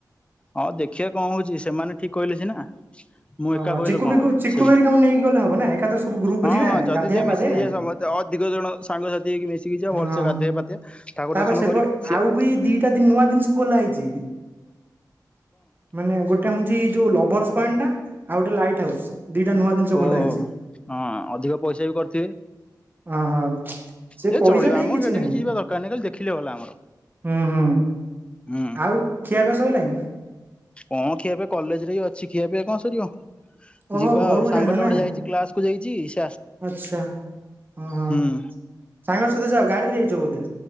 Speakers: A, on the left; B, on the right.
A: ହଁ ଦେଖିବା କଣ ହଉଛି ସେମାନେ ଠିକ କହିଲେ ସିନା। ମୁଁ
B: ଅ
A: ଏକା କହିଲେ
B: ଚିକୁ
A: କଣ
B: ଫିକୁ
A: ହବ
B: ଚିକୁ
A: ସେ
B: ହେରିକାଙ୍କୁ ନେଇକି ଗଲେ ହବ ନା ଏକାଥରେ ସବୁ ଗ୍ରୁପ
A: ହଁ
B: ଯିବା
A: ହଁ ଯଦି
B: ଗାଧେଇବା
A: ଯିବା
B: ପାଧେଇବା
A: ମିଶିକି ଯିବା ସମସ୍ତେ ଅଧିିକ ଜଣ ସାଙ୍ଗସାଥି ହେଇକି ମିଶିକି ଯିଵା
B: ହଁ
A: ଭଲସେ ଗାଧୋଇଆବା ପାଧେଇଵା ଠାକୁର
B: ତାପରେ
A: ଦର୍ଶନ
B: ସେ
A: କରିକି ଆସିଆ।
B: ଆଉ ବି ଦିଟା ନୂଆ ଜିନିଷ ଖୋଲା ହେଇଛି ମାନେ ଗୋଟେ ହଉଛି। ଯୋଉ ଲଭର୍ସ ପଏଣ୍ଟ ଟା? ଆଉ ଗୋଟେ ଲାଇଟ୍ ହାଉସ୍। ଦିଟା ନୂଆ ଜିନିଷ
A: ଓ
B: ଖୋଲା
A: ହଁ
B: ହେଇଛି
A: ଅଧିକ ପଇସା ବି କରିଥିବେ
B: ଅ ହ ସେ
A: ଯେ
B: ପଇସା
A: ଚଳିବ
B: ଠେଇ
A: ଆମର
B: କିଛି
A: ସେଠି
B: ନାହିଁ
A: ଯିବା ଦରକାର ନାହିଁ ଖାଲି ଦେଖିଲେ ଗଲା ଆମର।
B: ହୁଁ ହୁଁ
A: ହୁଁ
B: ଆଉ ଖିଆ ପିଆ ସଲାଣି?
A: କଣ ଖିଆ ପିଆ କଲେଜ ରେ ହି ଅଛି ଖିଆ ପିଇଆ କଣ ସରିବ।
B: ଓହୋ
A: ଯିବା
B: ଘରକୁ
A: ଆଉ ସାଙ୍ଗଟା
B: ଯାଇନ ନା
A: ଗୋଟେ ଯାଇଛି କ୍ଲାସ କୁ ଯାଇଛି ।
B: ଆଚ୍ଛା ହଁ ହଁ
A: ହୁଁ
B: ସାଙ୍ଗ ସହିତ ଯାଅ ଗାଡ଼ିରେ ଯାଇଛ ବୋଧେ?